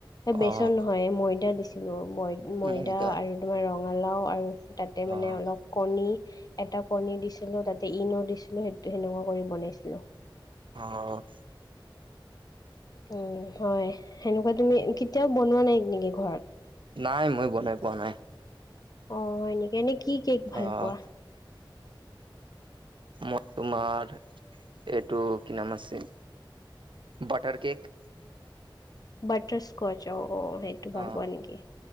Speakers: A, on the left; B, on the right.
A: বেচন
B: অ'।
A: নহয় ময়দা দিছিলো, ময়দা
B: মই এতিয়া
A: আৰু তোমাৰ ৰঙালাও আৰু তাতে মানে
B: অ',
A: অলপ কণী এটা কণী দিছিলো তাতে ইন দিছিলো সেইটো সেনেকুৱা কৰি বনাইছিলো।
B: অ'।
A: উম, হয় সেনেকুৱা তুমি কেতিয়াও বনোৱা নাই নেকি ঘৰত?
B: নাই মই বনাই পোৱা নাই।
A: অ, হয় নেকি এনেই কি কেক ভাল
B: অ',
A: পোৱা?
B: মই তোমাৰ এইটো কি নাম আছে বাটাৰ কেক।
A: বাটাৰ স্কচ অ, অ সেইটো ভাল
B: অ',
A: পোৱা নেকি